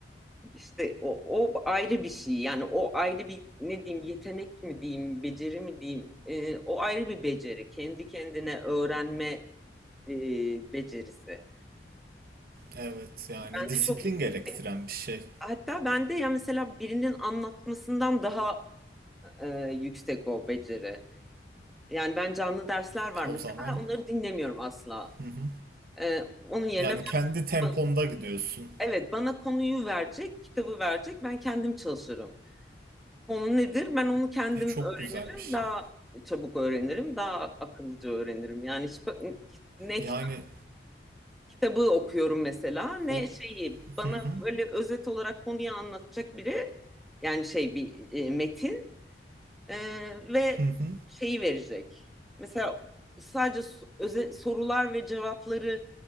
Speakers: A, in the centre; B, on the right.
A: İşte o, o ayrı bir şey yani o ayrı bir ne diyeyim yetenek mi diyeyim beceri mi diyeyim Ee, o ayrı bir beceri kendi kendine öğrenme e, becerisi.
B: Evet, yani
A: Bende
B: disiplin
A: çok Hmm. yüksek
B: gerektiren bir şey.
A: hatta bende ya mesela birinin anlatmasından daha e, yüksek o beceri. Yani ben canlı dersler var
B: O
A: mesela
B: zaman.
A: onları dinlemiyorum asla.
B: Hı hı.
A: Ee, onun yerine
B: Yani kendi temponda
A: ben,
B: gidiyorsun.
A: evet bana konuyu verecek kitabı verecek ben kendim çalışırım. Konu nedir? Ben onu kendim
B: E çok
A: öğrenirim.
B: güzel bir şey.
A: Daha çabuk öğrenirim. Daha akıllıca öğrenirim. Yani hiç bak- ne
B: Yani
A: kitap- kitabı okuyorum mesela ne
B: o
A: şeyi bana
B: hı hı
A: böyle özet olarak konuyu anlatacak biri yani şey bir e, metin e, ve
B: hı hı.
A: şeyi verecek. Mesela sadece so- öze- sorular ve cevapları